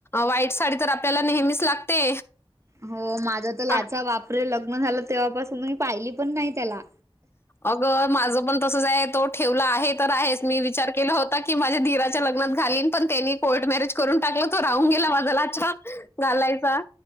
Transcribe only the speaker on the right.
हो माझं तर लाचा
बापरे लग्न झालं तेव्हापासून मी पाहिली पण नाही त्याला